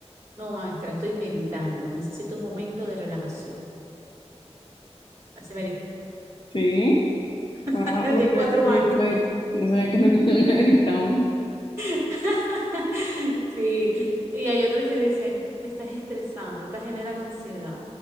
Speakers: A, on the right; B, on the left.
A: No, maestra, estoy meditando. Necesito un momento de relajación. Así me dijo,
B: Sí,
A: <laughs>
B: wow, no
A: de
B: sabía
A: cuatro
B: que
A: años.
B: los niños medi- no sabía que los niños <laughs> meditaban.
A: <laughs> Sí, y hay otros que dicen, me estás estresando, me estás generando ansiedad.